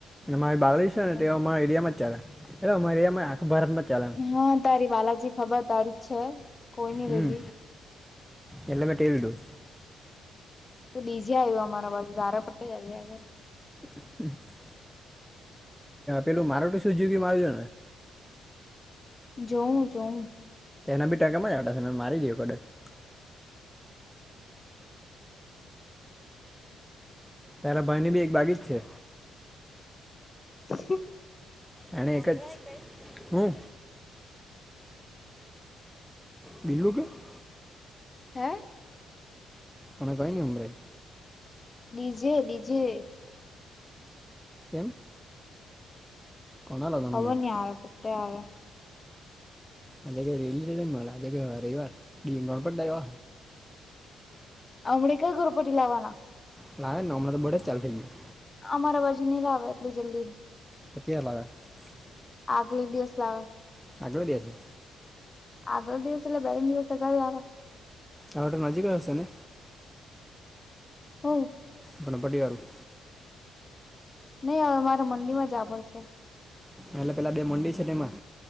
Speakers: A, in the centre; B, on the left.
A: મારી બાવળી છે
B: ખબર
A: ને, તેઓ અમારા એરિયામાં જ ચાલેને. હ અમારી આમાં આખબાર માં ચાલે એમ
B: હા તારી બાલાજી ખબર તારી છે કોઈ નઈ
A: હમ
B: લીધી
A: એટલે મેં ટેલડું
B: તો ડીજા આવ્યું અમારા <unintelligible> બાજુ તારે પટ્ટે જજ..
A: હમ <inaudible> પેલું મારુતિ સુઝુકી <unintelligible>
B: જોઉ જોઉ
A: તેના બીટા કમાં જ આવ્યા છે મેં મારી દું કદાચ <inaudible> તારા બા ની ભી એક બાકી જ છે
B: હ <inaudible>
A: અને એક જ હમ બિલુંગ <unintelligible>
B: હે
A: અમે કઈ નહીં સંભળાય
B: ડીજે ડીજે
A: કેમ કોના લગન
B: હવે
A: હમણાં
B: નિ આવે પોતે આવે
A: આજે ઈ રેલી <unintelligible> ર આજે રવિવાર <unintelligible> ગણપવા
B: અમ ડી ક ગરુપટી લાવવાના
A: ફલા નવમલા તો બડે ચાલ ઠી ગયો
B: અમારા બાજુ નઈ લાવે એટલી જલ્દી
A: કેમ આવ્યા
B: આગલે દિવસ લાવવા
A: આગળો દિવસ
B: આગળ દિવસ બેરે દિવસ તો <unintelligible> ગરે આવે
A: એમ તો નજીક હશે ને
B: ઓ
A: પણ બડી વાારું
B: નહી હવે મારે મંડી માં જાવુ પડશે
A: એટલે પેલા બે મુંડી છે તેમાં